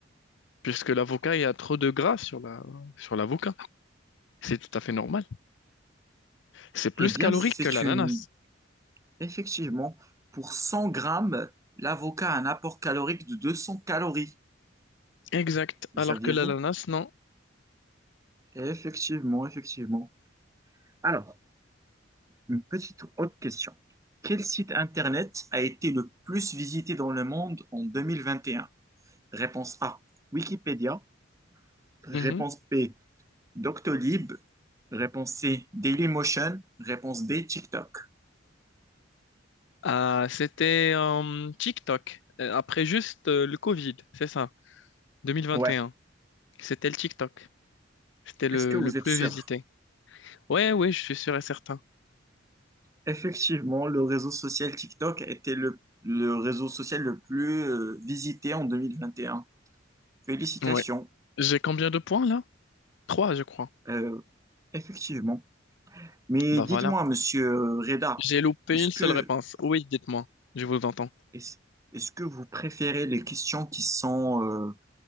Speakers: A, on the left; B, on the right.
A: Puisque l'avocat, il y a trop de gras sur la... sur l'avocat. C'est tout à fait normal. C'est plus
B: Eh bien,
A: calorique
B: c'est
A: que l'ananas.
B: une... Effectivement, pour 100 grammes, l'avocat a un apport calorique de 200 calories.
A: Exact.
B: Le
A: Alors
B: saviez-vous?
A: que l'ananas, non.
B: Effectivement, effectivement. Alors, Une petite autre question. Quel site internet a été le plus visité dans le monde en 2021? Réponse A, Wikipédia. Réponse
A: Mhm.
B: B, Doctolib. Réponse C, Dailymotion. Réponse D, TikTok.
A: Ah, c'était euh, TikTok. Euh, Après juste euh, le Covid, c'est ça. 2021.
B: Ouais,
A: C'était le TikTok. C'était le,
B: est-ce que vous
A: le plus
B: êtes sûr?
A: visité. Ouais, ouais, je suis sûr et certain.
B: Effectivement, le réseau social TikTok était le, le réseau social le plus euh, visité en 2021. Félicitations.
A: Ouais. J'ai combien de points là? Trois, je crois.
B: Euh, effectivement. Mais
A: Bah
B: dites-moi,
A: voilà.
B: monsieur Reda,
A: J'ai loupé
B: est-ce
A: une
B: que
A: seule réponse. Oui, dites-moi. Je vous entends.
B: Est-ce est-ce que vous préférez les questions qui sont euh,